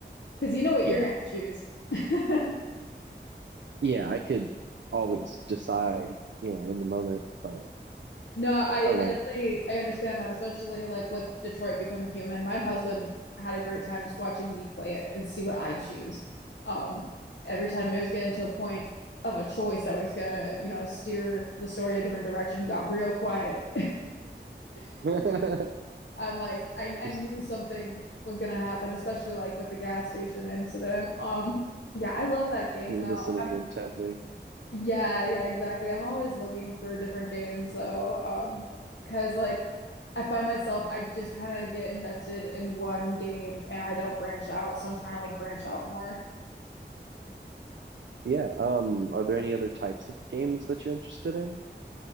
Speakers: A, on the left; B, on the right.
A: Because you know what
B: yeah,
A: you're gonna choose. <laughs>
B: yeah, I could always decide, you know, in the moment, but
A: No, I,
B: I don't
A: I
B: know.
A: definitely I understand that, especially like with Detroit Become Human. My husband had a great time just watching me play it and see what I choose. Um, every time it was getting to a point of a choice that was gonna, you know, steer the story a different direction, he got real quiet. <laughs>
B: <laughs>
A: I'm like I I
B: Just
A: knew something was gonna happen, especially like with the gas station incident. Um, yeah, I love that game
B: listening
A: though. I'm
B: intently.
A: yeah, yeah, exactly. I'm always looking for different games though, um, because like I find myself I just kind of get invested in one game and I don't branch out, so I'm trying to like branch out more.
B: Yeah. Um, are there any other types of games that you're interested in?